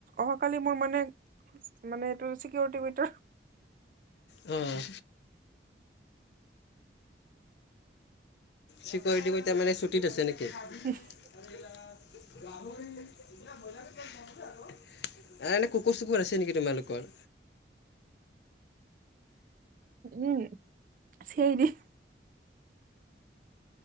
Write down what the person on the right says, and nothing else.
অহাকালি মোৰ মানে মানে এইটো চিকিউৰিটি ভিতৰত
<unintelligible>
উম চেৰি